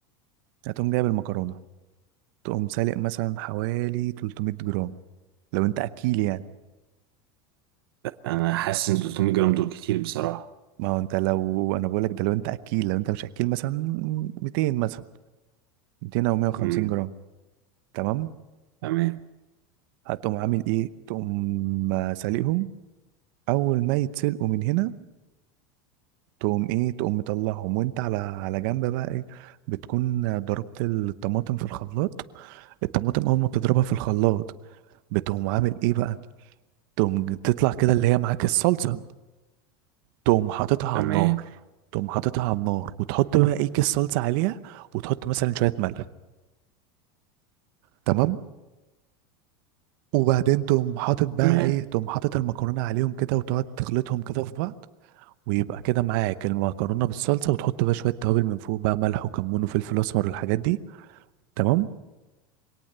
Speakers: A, on the right (about 60°); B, on the right (about 80°).
A: هتقوم جايب المكرونه تقوم سالق مثلا حوالي 300 جرام لو انت اكيل يعني
B: انا حاسس ان 300 جرام دول كتير بصراحة
A: ما هو انت لو انا بقول لك ده لو انت اكيل لو انت مش اكيل مثلا 200 مثلا 200 او 150
B: امم
A: جرام تمام
B: تمام
A: هتقوم عامل ايه تقوم آه، سالقهم اول ما يتسلقوا من هنا تقوم ايه تقوم مطلعهم وانت على على جنب بقى ايه بتكون آه، ضربت الطماطم في الخلاط الطماطم اول ما بتضربها في الخلاط بتقوم عامل ايه بقى تقوم تطلع كده اللي هي معاك الصلصة تقوم حاططها على
B: تمام
A: النار تقوم حاططها على النار وتحط بقى ايه كيس صلصة عليها وتحط مثلا شوية ملح تمام وبعدين تقوم حاطط بقى
B: تمام
A: ايه تقوم حاطط المكرونة عليهم كده وتقعد تخلطهم كده في بعض ويبقى كده معاك المكرونه بالصلصه وتحط بقى شويه توابل من فوق بقى ملح وكمون وفلفل اسمر والحاجات دي تمام